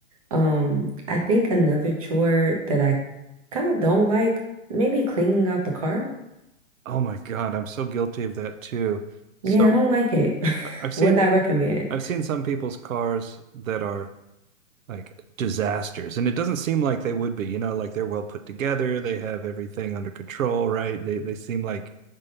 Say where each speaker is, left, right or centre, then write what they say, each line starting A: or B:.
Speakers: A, on the right; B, on the right.
A: Um, I think another chore that I kind of don't like, maybe cleaning out the car.
B: Oh my God, I'm so guilty of that too. So
A: Yeah, I don't like it. <laughs>
B: I- I've seen
A: Would not recommend.
B: I've seen some people's cars that are like disasters. And it doesn't seem like they would be, you know, like they're well put together, they have everything under control, right? They they seem like,